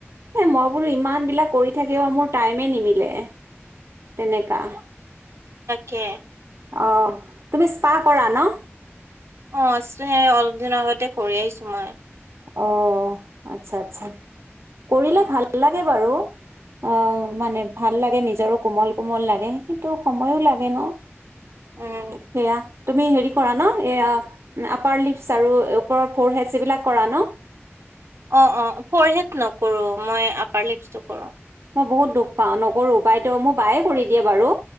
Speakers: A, on the right; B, on the right.
A: এ মই বোলো ইমান বিলাক কৰি থাকিব মোৰ টাইমে নিমিলে। তেনেকা
B: কে
A: অ', তুমি স্পা কৰা ন?
B: অ', এ সেই অলপ দিনৰ আগতে কৰি আহিছো মই।
A: অ', আচ্ছা আচ্ছা কৰিলে
B: উম
A: ভাল লাগে বাৰু। অ মানে ভাল লাগে নিজৰো কোমল কোমল লাগে কিন্তু সময়ো লাগে ন
B: উম
A: সেয়া তুমি হেৰি কৰা ন এয়া আপাৰ লিপচ আৰু ওপৰ ফৰ হেডছ এইবিলাক কৰা ন
B: অ অ ফৰহেড নকৰো মই আপাৰ লিপটো কৰো
A: মই বহুত দুখ পাওঁ নকৰো বাইদেউ মোক বায়ে কৰি দিয়ে বাৰু